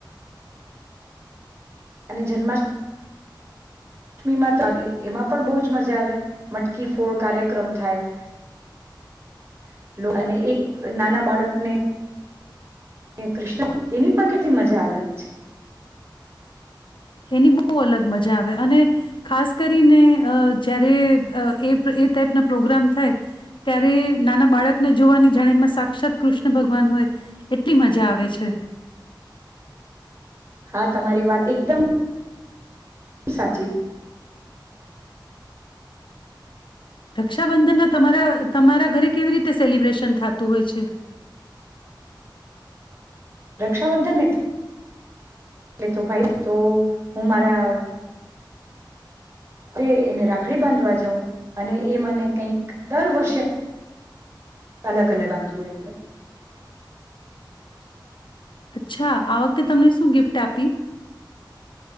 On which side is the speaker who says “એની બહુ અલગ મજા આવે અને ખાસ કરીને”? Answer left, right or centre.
Left